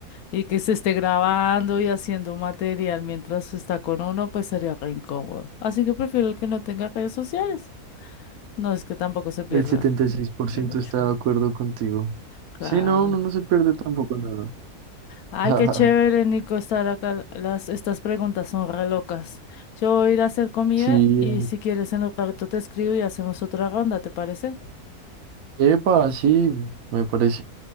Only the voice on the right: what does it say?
El setenta y seis por
ciento
está de acuerdo contigo.
Sí, no, uno no se pierde tampoco nada.
<laughs>
Sí,
epa, sí, me parece.